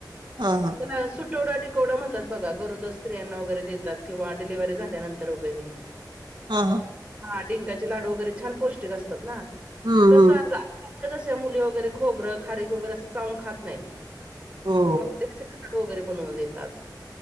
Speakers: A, on the right (about 75°); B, on the right (about 15°).
A: हा हा
B: त्याला सुट- सुटवडा टिकवडा म्हणतात बघा, गरोद स्त्रियांना वगैरे देतात किंवा डिव्ही झाल्यानंतर वगैरे,
A: हा, हा.
B: हा डिंकाचे लाडू वगैरे छान पौष्टिक अस त ना,
A: हम्म
B: कसं
A: हम्म
B: आ कस मुले वगैरे खोबरं खारीक वगैरे असं चावून खात नाहीत.
A: हो
B: मग हो घरी बनवून देतात.